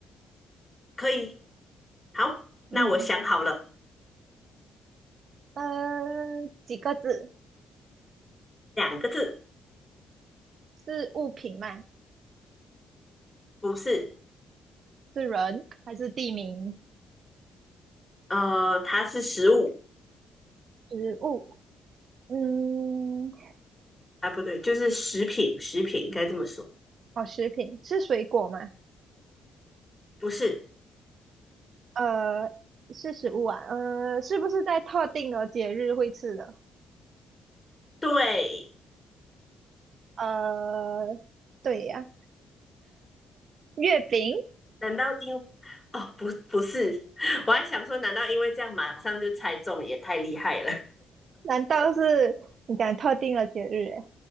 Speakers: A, on the left; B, on the right.
A: 可以。好，那我想好了，
B: 嗯，呃，几个字？
A: 两个字，
B: 是物品吗？
A: 不是，
B: 是人还是地名？
A: 呃，它是食物，
B: 食物？嗯，
A: 啊，不对，就是食品，食品应该这么说，
B: 好，食品是水果吗？
A: 不是，
B: 呃，是食物啊。呃，是不是在特定的节日会吃的？
A: 对，
B: 呃，对呀、月饼。
A: 难道因，哦，不，不是，<laughs> 我还想说，难道因为这样马上就猜中，也太厉害了，
B: 难道是你讲特定的节日？哎，